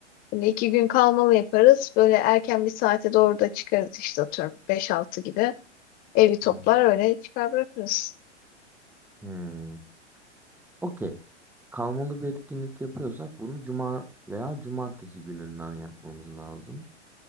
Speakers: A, on the left; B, in the centre.
A: böyle iki gün kalmalı yaparız. Böyle erken bir saate doğru da çıkarız işte atıyorum beş altı gibi. Evi toplar
B: Hmm.
A: öyle çıkar bırakırız.
B: Hmm. Okey. Kalmalı bir etkinlik yapıyorsak bunu cuma veya cumartesi gününden yapmamız lazım.